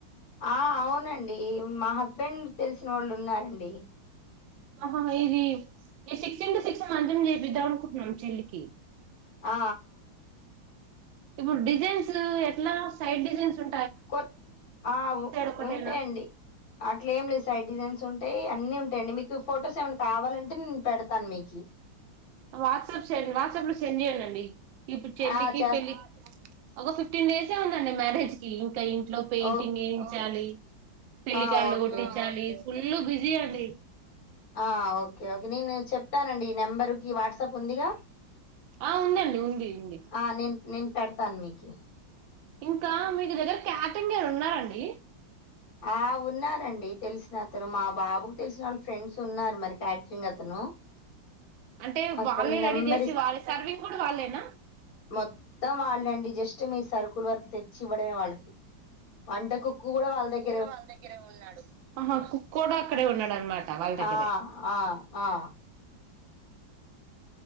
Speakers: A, on the left; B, on the right.
A: ఆ అవునండి మా హస్బెండ్ తెలిసిన వాళ్ళు ఉన్నారండి
B: ఆహా ఇది ఈ సిక్స్ ఇంటూ సిక్సు మంచం చేపిద్దాం అనుకుంటున్నాం చెల్లికి
A: ఆ
B: ఇప్పుడు డిజైన్స్ ఎట్లా సైడ్ డిజైన్స్ ఉ
A: కొ ఆ
B: ఒకటేనా
A: ఉంటే అండి అట్లా ఏం లేదు సైడ్ డిజైన్స్ ఉంటాయి. అన్నీ ఉంటాయండి మీకు ఫొటోస్ ఏమైన్నా కావాలంటే నేను పెడతాను మీకి
B: వాట్సాప్ వాట్సాప్ లో సెండ్ చేయండి అండి ఇప్పుడు చెల్లికి
A: ఆ! చేస్
B: పెళ్ళకి ఒక ఫిఫటీన్ డేస్ ఇ ఉందండి మ్యారేజ్ కి ఇంకా ఇంట్లో పెయింటింగ్
A: ఓ
B: ఏయించాలి పెలి
A: ఆ!
B: కండ
A: ఓకే.
B: గటి చాలస్ ఫుల్ బిజీ అలది
A: ఆ ఒకే ఒకే నేను చెప్ చెప్తానండి ఈ నెంబరు కి వాట్సాప్ ఉందిగా
B: ఆ ఉందండి ఉంది ఉంది
A: ఆ! నేను నేను పెడతాను మీకు
B: ఇంకా మీకు దగ్గర క్యాటంగ్ గారు ఉన్నారండి
A: ఆ ఉన్నారండి తెలిసిన అతను మా బాబుకు తెలిసిన వాళ్ళు ఫ్రెండ్స్ ఉన్నారు మరి క్యాటరింగ్ అతను
B: అంటే
A: అతని
B: వాళ్ళే
A: నెంబర్
B: రెడీ చేసి వాళ్ళే సర్వింగ్ కూడా వాళ్ళేనా
A: మొత్తం వాళ్ళండి జస్ట్ మీ సరుకు కూల్ వరకు తెచ్చి ఇవ్వడమే వాళ్ళకి వంట కుక్కు కూడా వాళ్ళదగ్గ
B: కూడా వాళ్ళ దగ్గరే ఉన్నాడు కుక్క కూడా అక్కడే ఉన్నాడు అనమాట
A: ఆ
B: వాళ్ళ దగ్గరే